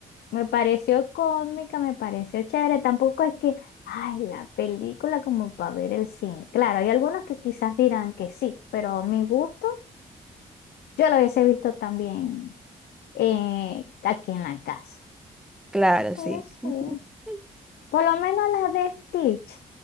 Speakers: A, on the left; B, in the centre.
A: Me pareció cómica, me pareció chévere. Tampoco es que Ay, la película como para ver el cine. Claro, hay algunos que quizás dirán que sí, pero mi gusto, yo la hubiese visto también eh, aquí en la casa.
B: Claro,
A: Pero
B: sí.
A: sí.
B: <laughs>
A: Por lo menos la de Stitch.